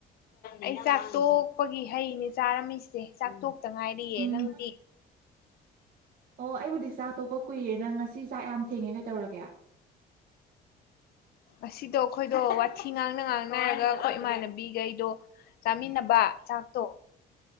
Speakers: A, on the left (about 65°); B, on the right (about 55°).
A: ꯑꯩ ꯆꯥꯛꯇꯣꯛꯄꯒꯤ ꯍꯩꯅꯦ ꯆꯥꯔꯝꯃꯤꯁꯦ ꯆꯥꯛꯇꯣꯛꯇ ꯉꯥꯏꯔꯤꯌꯦ
B: ꯎꯝ
A: ꯅꯪꯗꯤ
B: ꯑꯣ ꯑꯩꯕꯨꯗꯤ ꯆꯥꯛ ꯇꯣꯛꯄ ꯀꯨꯏꯔꯦ ꯅꯪ ꯉꯁꯤ ꯆꯥꯛ ꯌꯥꯝ ꯊꯦꯡꯉꯦ ꯀꯩ ꯇꯧꯔꯒꯦ
A: ꯑꯁꯤꯗꯣ ꯑꯩꯈꯣꯏꯗꯣ ꯋꯥꯊꯤ ꯉꯥꯡꯅ ꯉꯥꯡꯅꯔꯒ ꯑꯩꯈꯣꯏ ꯏꯃꯥꯟꯅꯕꯤꯈꯩꯗꯣ ꯆꯥꯃꯤꯟꯅꯕ ꯆꯥꯛꯇꯣ